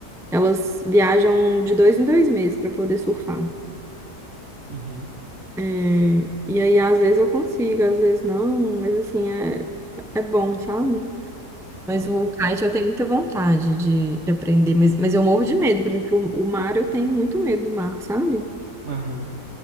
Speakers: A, in the centre; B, on the right.
A: elas viajam de dois em dois meses para poder surfar.
B: Uhum.
A: É, e aí, às vezes eu consigo, às vezes não, mas assim, é, é bom, sabe? Mas
B: Bom,
A: o kite
B: é,
A: eu tenho muita vontade de, de aprender, mas, mas eu morro de medo. Por exemplo, o, o mar eu tenho muito medo do mar, sabe?
B: Aham.